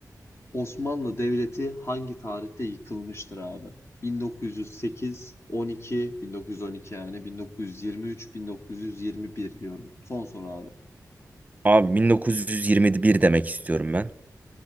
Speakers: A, on the left; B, on the right.
A: Osmanlı Devleti hangi tarihte yıkılmıştır abi? 1908, 12, 1912 yani 1923, 1921 diyorum. Son soru abi.
B: Abi 1921 demek istiyorum ben.